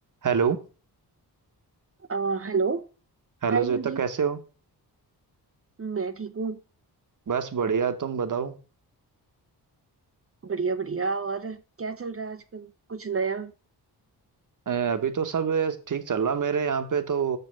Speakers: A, on the right; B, on the right.
A: Hello
B: आ, hello
A: Hello
B: Hi
A: Shweta
B: Mandeep
A: कैसे हो
B: मैं ठीक हूँ
A: बस बढ़िया तुम बताओ
B: बढ़िया बढ़िया और क्या चल रहा है आजकल कुछ नया
A: अ, अभी तो सब अ, ठीक चल रहा मेरे यहाँ पे तो